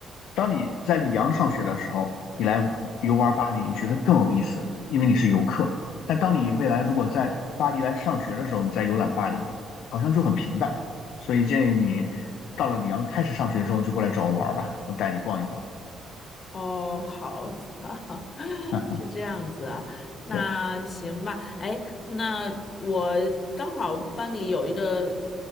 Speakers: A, on the left (about 80°); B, on the left (about 50°).
A: 当你在里昂上学的时候，你来游玩巴黎，你觉得更有意思，因为你是游客。但当你未来如果在巴黎来上学的时候，你再游览巴黎，好像就很平淡。所以建议你到了里昂开始上学之后，就过来找我玩儿吧，我带你逛一逛。
B: 哦，好的，<laughs>
A: <laughs> 嗯，
B: 是这样子啊，那行吧。
A: 对。
B: 哎，那我刚好班里有一个